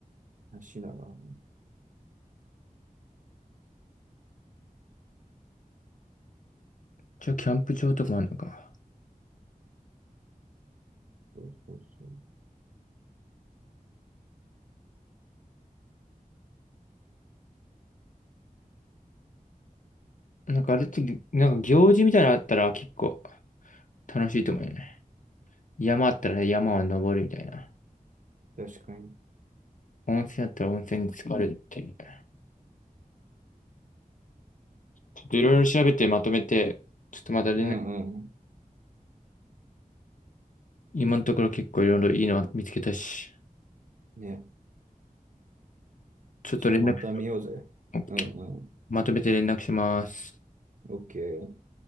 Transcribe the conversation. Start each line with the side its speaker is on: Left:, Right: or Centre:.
Right: 足だからね。
Left: じゃあキャンプ場とかもあるのか。
Right: そうそうそう。
Left: なんかあれって、なんか行事みたいなのあったら結構楽しいと思うよね。山あったらね、山を登るみたいな。
Right: 確かに。
Left: 温泉あったら温泉に浸かるみたいな。ちょっといろいろ調べてまとめて、ちょっとまた連絡、
Right: うんうん。
Left: 今のところ結構いろいろいいの見つけたし、
Right: ね。
Left: ちょっと連絡しよ
Right: ちょっとまた見ようぜ。
Left: う、オッケー
Right: うんうん。
Left: まとめて連絡します。
Right: オッケー。